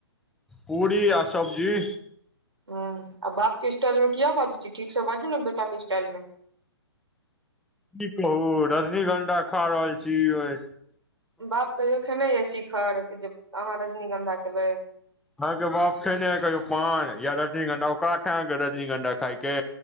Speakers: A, in the centre; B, on the right.
A: पूरी आ सब्जी।
B: हूं आ बाप के स्टाइल में किया बाजै छी ठीक से बाजू ने बेटा के स्टाइल में।
A: की कहू रजनीगंधा खा रहल छी वै
B: बाप कहियो खेने यै शिखर जे अहाँ रजनीगंधा खेबै।
A: अहां के बाप खेने है कहियौ पान या रजनीगंधा औकात है आहां के रजनीगंधा खायके।